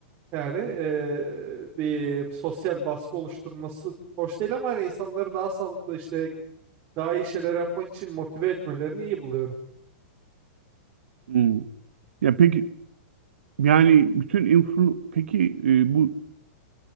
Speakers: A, on the right; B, on the right.
A: Yani e, bir sosyal baskı oluşturması hoş değil ama hani insanları daha sağlıklı işte daha iyi şeyler yapmak için motive etmelerini iyi buluyorum.
B: Hmm. Ya peki yani bütün influ peki e, bu